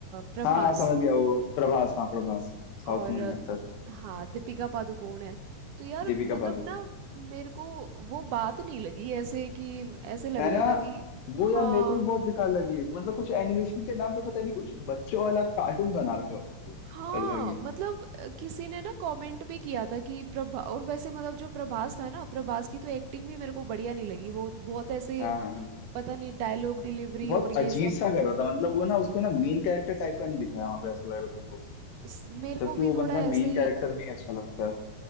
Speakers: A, on the right (about 75°); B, on the left (about 80°).
A: प्रभास
B: हाँ हाँ, समझ गया वो प्रभास हाँ Prabhas South
A: और
B: Indian
A: अ,
B: actor
A: हाँ दीपिका पादुकोण है तो यार
B: Deepika
A: मतलब
B: Padukone
A: ना मेरे को वो बात नहीं लगी ऐसे कि ऐसे लग
B: है
A: रहा
B: ना
A: था कि
B: वो यार
A: हाँ
B: मेरे को भी बहुत बेकार लगी मतलब कुछ एनिमेशन के नाम पे पता नहीं कुछ बच्चों वाला कार्टून बना रखा है उसको
A: हाँ
B: अलग ही
A: मतलब अ, किसी ने ना कमेंट भी किया था कि प्रभा और वैसे मतलब जो प्रभास था ना प्रभास की तो एक्टिंग भी मेरे को बढ़िया नहीं लगी वो बहुत ऐसे
B: हाँ हाँ हाँ
A: पता नहीं डायलॉग डिलीवरी
B: बहुत
A: और ये
B: अजीब
A: सब
B: सा कर रहा था मतलब वो ना उसको ना मेन कैरेक्टर टाइप का नहीं दिखाया वहां पे ऐसा लग रहा था मेरे को
A: स- मेरे को
B: जबकि
A: भी
B: वो
A: थोड़ा
B: बंदा
A: ऐसे
B: मेन कैरेक्टर
A: ही
B: में ही अच्छा लगता है